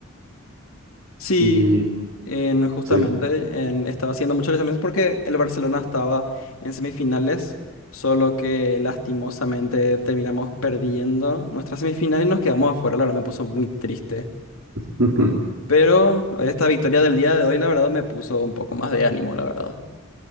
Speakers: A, on the left; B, on the right.
A: Sí,
B: y
A: en, justamente
B: sí.
A: en- estaba haciendo muchos lanzamientos porque el Barcelona estaba en semifinales, solo que lastimosamente terminamos perdiendo nuestra semifinal y nos quedamos afuera. La verdad me puso muy triste.
B: <laughs>
A: Pero esta victoria del día de hoy, la verdad, me puso un poco más de ánimo, la verdad.